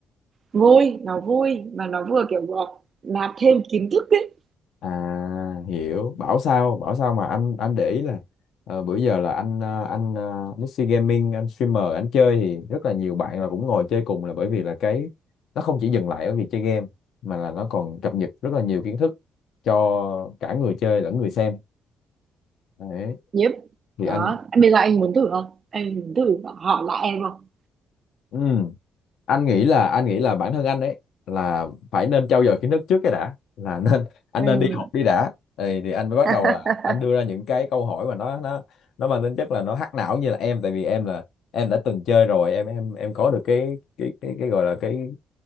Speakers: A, on the right (about 45°); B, on the left (about 75°).
A: vui nó vui mà nó vừa kiểu vừa nạp thêm kiến thức ấy
B: à hiểu bảo sao bảo sao mà anh anh để ý là ờ, bữa giờ là anh ờ, anh ờ, Mixi Gaming anh streamer anh chơi thì rất là nhiều bạn là cũng ngồi chơi cùng là bởi vì là cái nó không chỉ dừng lại ở việc chơi game mà là nó còn cập nhật rất là nhiều kiến thức cho cả người chơi lẫn người xem đấy
A: yep.
B: thì
A: đó
B: anh
A: bây giờ anh muốn thử không anh muốn thử hỏi lại em không
B: Ừ. Anh nghĩ là anh nghĩ là bản thân anh ấy là phải nên trau dồi kiến thức trước cái đã là <laughs> nên anh
A: ừ.
B: nên đi học đi đã thì, thì anh mới bắt
A: <laughs>
B: đầu là anh đưa ra những cái câu hỏi mà nó nó nó mang tính chất là nó hack não như là em tại vì em là em đã từng chơi rồi em em em có được cái cái cái, cái gọi là cái